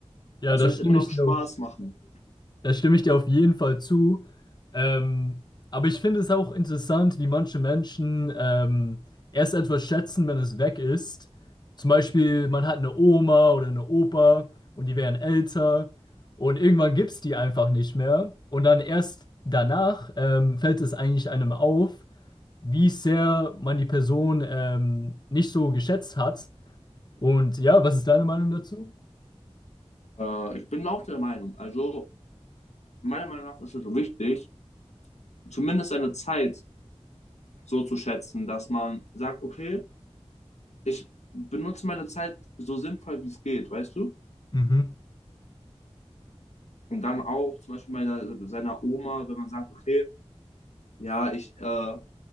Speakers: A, on the left; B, on the left.
A: ja,
B: Es
A: das
B: sollte
A: stimme
B: immer noch
A: ich
B: Spaß
A: dir auf.
B: machen.
A: Da stimme ich dir auf jeden Fall zu. Ähm, aber ich finde es auch interessant, wie manche Menschen ähm, erst etwas schätzen, wenn es weg ist. Zum Beispiel, man hat eine Oma oder eine Opa und die werden älter und irgendwann gibt es die einfach nicht mehr. Und dann erst danach ähm, fällt es eigentlich einem auf, wie sehr man die Person ähm, nicht so geschätzt hat. Und ja, was ist deine Meinung dazu?
B: Äh, ich bin auch der Meinung, also meiner Meinung nach ist es so wichtig, zumindest seine Zeit so zu schätzen, dass man sagt, okay, ich benutze meine Zeit so sinnvoll, wie es geht, weißt du?
A: Mhm.
B: Und dann auch zum Beispiel meiner, seiner Oma, wenn man sagt, okay, ja, ich äh,